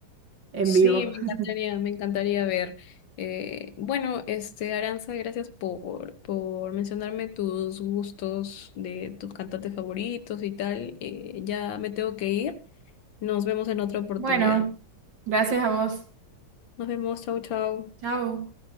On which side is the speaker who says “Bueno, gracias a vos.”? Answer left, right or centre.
Right